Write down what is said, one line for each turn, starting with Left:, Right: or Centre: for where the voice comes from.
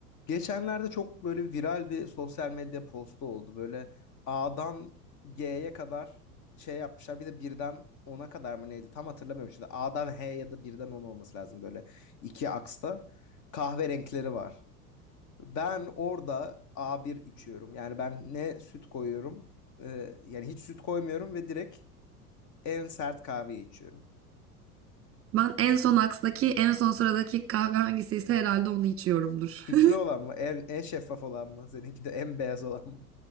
Left: Geçenlerde çok böyle viral bir sosyal medya postu oldu. Böyle A'dan G'ye kadar şey yapmışlar. Bir de birden ona kadar mı neydi? Tam hatırlamıyorum şimdi. A'dan H ya da birden 10 olması lazım böyle iki aksta. Kahve renkleri var. Ben orada A1 içiyorum. Yani ben ne süt koyuyorum, e, yani hiç süt koymuyorum ve direkt en sert kahveyi içiyorum.
Right: Ben en son aksdaki, en son sıradaki kahve hangisiyse herhalde onu içiyorumdur.
Left: Sütlü
Right: <laughs>
Left: olan mı? En, en şeffaf olan mı? Seninki de en beyaz olan mı?